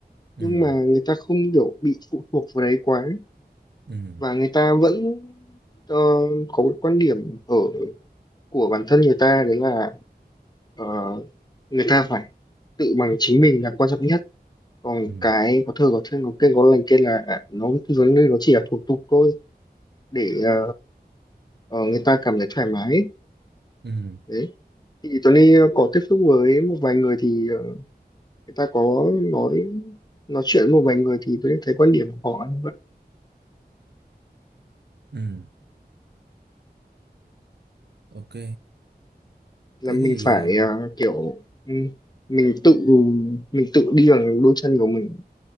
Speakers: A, on the right; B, on the left.
A: ừ
B: nhưng mà người ta không kiểu bị phụ thuộc vào đấy quá
A: ừ
B: và người ta vẫn ờ, có cái quan điểm ở của bản thân người ta đấy là ờ, người ta phải tự bằng chính mình là quan trọng nhất còn
A: ừ
B: cái có thơ có thơ có kênh có lành kia là à, nó nó nó chỉ là thủ tục thôi để ờ, ờ, người ta cảm thấy thoải mái
A: ừ
B: đấy thì Tony có tiếp xúc với một vài người thì ờ, người ta có nói nói chuyện với một vài người thì tôi thấy quan điểm của họ như vậy.
A: ừ ok
B: là
A: thế
B: mình
A: thì
B: phải
A: ờ,
B: ờ, kiểu ừ, mình tự mình tự đi bằng đôi chân của mình